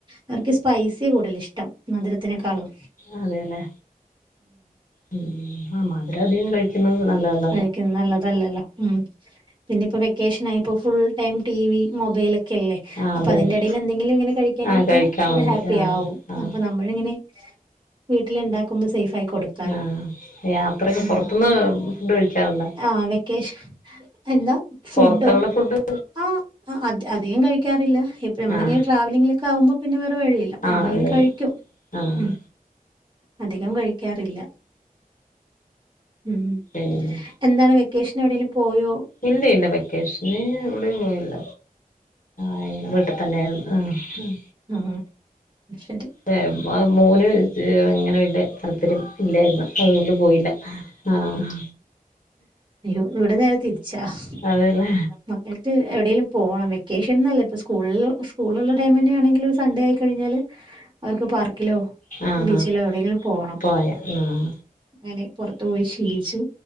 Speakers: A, on the right; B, on the left.
A: അവർക്ക് സ്പൈസിയാ കൂടുതലിഷ്ടം മധുരത്തിനേക്കാളും
B: അതെല്ലേ ഉം ആഹ് മധുരധികം കഴിക്കുന്നത് നല്ലതല്ല.
A: കഴിക്കുന്ന നല്ലതല്ലല്ലാ ഉം പിന്നെ ഇപ്പോ വെക്കേഷനായപ്പോ full time T V mobile ക്കല്ലേ
B: ആഹ്
A: അപ്പതിന്റെടയിലെന്തെങ്കിലും
B: അതെ അതെ
A: ഇങ്ങനെ കഴിക്കാൻ
B: ആഹ്
A: കിട്ടിയാ
B: കഴിക്കാൻ
A: ഓര്
B: വേണ്ടി
A: ഹാപ്പിയാകും
B: ആഹ് ആഹ്
A: അപ്പ നമ്മ ഇങ്ങനെ വീട്ടില്ണ്ടാക്കുമ്പോ സെയ്ഫായി കൊടുക്കാലോ
B: ആഹ് യാത്രക്ക്
A: ഉം
B: <unintelligible> ഫുഡ് കഴിച്ചാണല്ലേ
A: ആഹ് വെക്കേഷ് എന്താ ഫുഡോ
B: പുറത്തുള്ള ഫുഡ്
A: ആഹ് അധ് അധികം കഴിക്കാറില്ല ഇപ്പൊഴ് നമ്മളിങ്ങനെ
B: ആഹ്
A: ട്രാവലിങ്ങിലക്കെ ആവുമ്പോ പിന്നെ വേറെ വഴിയി അപ്പ
B: ആഹ്
A: ഞമ്മളിങ്ങനെ
B: അതെ
A: കഴിക്കും
B: അതെ ആഹ്
A: ഉം അധികം കഴിക്കാറില്ല. ഉം
B: ഏഹ്
A: എന്താണ് വെക്കേഷനെവിടേലും പോയോ.
B: ഇല്ല ഇല്ല വെക്കേഷന് എവിടേം പോയില്ല ആയ് വീട്ട്തന്നേര്ന്നു. ആഹ് ഉം
A: ഉം ഉം അത് ശരി.
B: <unintelligible> അത് മോന് ഇഹ് അങ്ങനെ വല്ല്യ താല്പര്യം ഇല്ലായിരുന്നു അതുകൊണ്ട് പോയില്ല ആഹ്
A: അയ്യോ ഇവിടെ നേരെ തിരിച്ചാ
B: അതേല്ലേ
A: <unintelligible> ക്ക് എവിടെേലും പോണം വെക്കേഷൻന്നല്ല ഇപ്പ സ്കൂള് സ്കൂള് ഇള്ള ടൈമന്നെയാണെങ്കിലും ഒരു സൺഡേ ആയിക്കഴിഞ്ഞാല് അവർക്ക് പാർക്കിലോ
B: ആഹ്
A: ബീച്ചിലോ
B: ആഹ്
A: എവടെയെങ്കിലും പോണം
B: പോയാ ഉം
A: അങ്ങനെ പൊറത്തു പോയി ശീലിച്ചു